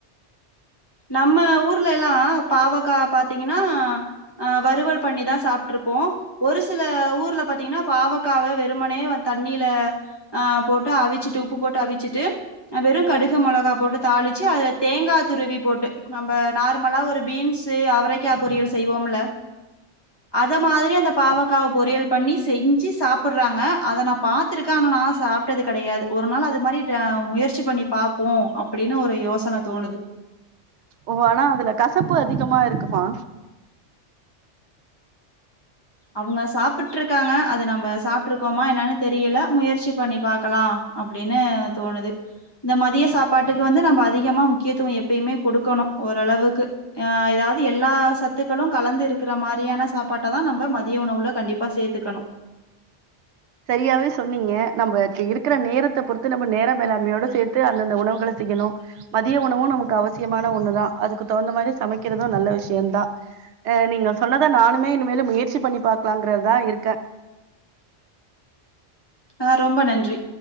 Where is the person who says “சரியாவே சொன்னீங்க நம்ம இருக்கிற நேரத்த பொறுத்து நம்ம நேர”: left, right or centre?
Right